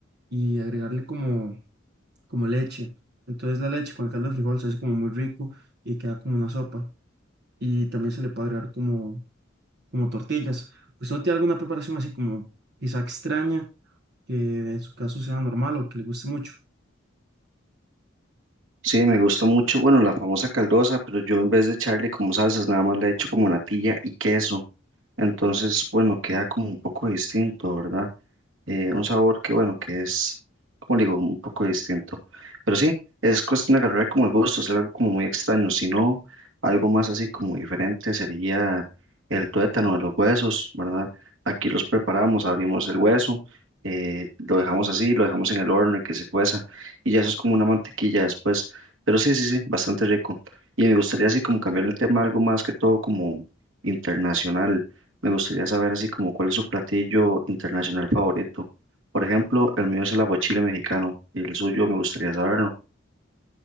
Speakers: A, on the right; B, on the right.
A: y agregarle como, como leche. Entonces la leche con el caldo de frijol se hace como muy rico y queda como una sopa. Y también se le puede agregar como, como tortillas. ¿Usted no tiene alguna preparación así como quizá extraña que en su caso sea normal o que le guste mucho?
B: Sí, me gusta mucho, bueno, la famosa caldosa, pero yo en vez de echarle como salsas, nada más le echo como natilla y queso. Entonces, bueno, queda como un poco distinto, ¿verdad? eh, un sabor que, bueno, que es, como le digo, un poco distinto. Pero sí, es cuestión de agarrar como el gusto, es algo como muy extraño. Si no, algo más así como diferente sería el tuétano de los huesos, ¿verdad? Aquí los preparamos, abrimos el hueso, eh, lo dejamos así, lo dejamos en el horno y que se cueza, y ya eso es como una mantequilla después. Pero sí, sí, sí, bastante rico. Y me gustaría así como cambiar el tema algo más que todo como internacional. Me gustaría saber así como cuál es su platillo internacional favorito. Por ejemplo, el mío es el aguachile mexicano y el suyo me gustaría saberlo.